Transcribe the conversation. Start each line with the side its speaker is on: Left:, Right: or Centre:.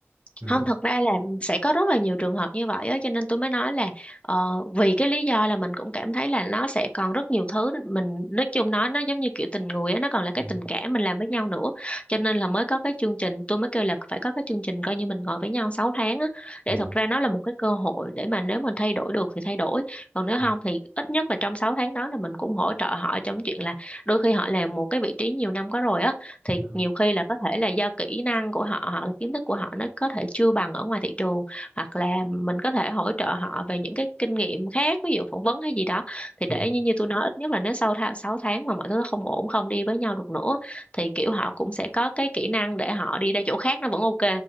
Right: ừ.
Left: không thật ra là sẽ có rất là nhiều trường hợp như vậy á cho nên tôi mới nói là ờ, vì cái lý do là mình cũng cảm thấy là nó sẽ còn rất nhiều thứ mình nói chung nói nó giống như kiểu tình người á nó còn là cái
Right: Ừ.
Left: tình cảm mình làm với nhau nữa cho nên là mới có cái chương trình tôi mới kêu là phải có cái chương trình coi như mình ngồi với nhau 6 tháng á để
Right: Ừ.
Left: thật ra nó là một cái cơ hội để mà nếu mình thay đổi được thì thay đổi còn nếu
Right: Ừ.
Left: không thì ít nhất là trong 6 tháng đó là mình cũng hỗ trợ họ trong chuyện là đôi khi họ làm một cái vị trí nhiều năm có rồi á thì
Right: Ừ.
Left: nhiều khi là có thể là do kỹ năng của họ hoặc là kiến thức của họ nó có thể chưa bằng ở ngoài thị trường hoặc là mình có thể hỗ trợ họ về những cái kinh nghiệm khác ví dụ phỏng vấn hay gì đó thì
Right: Ừ.
Left: để như như tôi nói ít nhất là nếu sau tháng 6 tháng mà mọi thứ nó không ổn không đi với nhau được nữa thì kiểu họ cũng sẽ có cái kỹ năng để họ đi ra chỗ khác nó vẫn ok